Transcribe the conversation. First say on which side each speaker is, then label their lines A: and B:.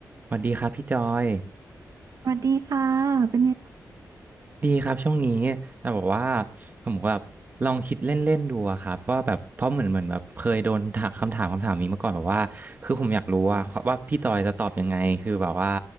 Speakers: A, on the right; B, on the right.
A: สวัสดีครับพี่จอย
B: สวัสดีค่ะเป็นไงบ้าง
A: ดีครับช่วงนี้แต่บอกว่าผมก็แบบลองคิดเล่นๆดูอะครับว่าแบบเพราะเหมือนเหมือนแบบเคยโดนถามคำถามคำถามนี้มาก่อนแบบว่าคือผมอยากรู้ว่าว่าพี่จอยจะตอบยังไงคือแบบว่า